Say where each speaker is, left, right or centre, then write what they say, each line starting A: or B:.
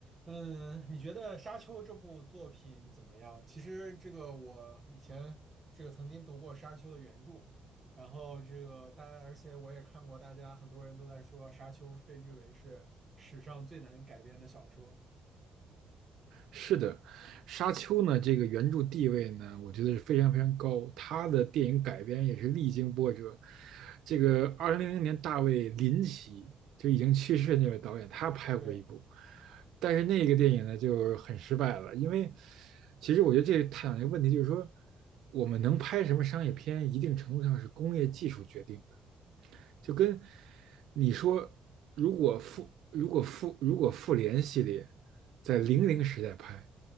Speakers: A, on the right; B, on the right.
A: 嗯，你觉得《沙丘》这部作品怎么样？其实这个我以前这个曾经读过《沙丘》的原著，然后这个大家，而且我也看过，大家很多人都在说《沙丘》是被誉为是史上最难改编的小说，
B: 是的，《沙丘》呢，这个原著地位呢，我觉得是非常非常高。他的电影改编也是历经波折。这个二零零零年，大卫林奇就已经去世的那位导演，他拍过一部，
A: 对，
B: 但是那个电影呢就很失败了。因为其实我觉得这探讨一个问题，就是说我们能拍什么商业片，一定程度上是工业技术决定的。就跟你说，如果复如果复如果复联系列在零零时代拍，